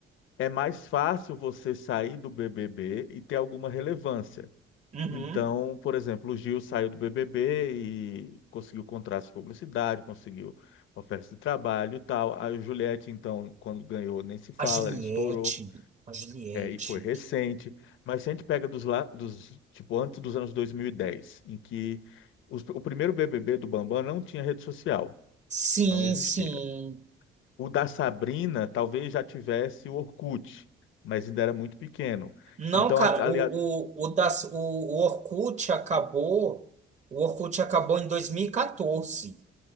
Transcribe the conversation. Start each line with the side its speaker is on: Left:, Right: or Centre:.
Left: é mais fácil você sair do BBB e ter alguma relevância.
Right: Uhum.
Left: Então, por exemplo, o Gil saiu do BBB e conseguiu contratos de publicidade, conseguiu ofertas de trabalho e tal. A Juliette, então, quando ganhou, nem se fala,
Right: A Juliette.
Left: ele estourou.
Right: A Juliette.
Left: é, e foi recente, mas se a gente pega dos lá, dos, tipo, antes dos anos 2010, em que os- o primeiro BBB do Bambam não tinha rede social,
Right: Sim,
Left: não existia.
Right: sim.
Left: O da Sabrina talvez já tivesse o Orkut, mas ainda era muito pequeno.
Right: Não,
Left: Então,
Right: cara,
Left: at- aliás,
Right: o, o, o, das, o, o Orkut acabou. O Orkut acabou em 2014.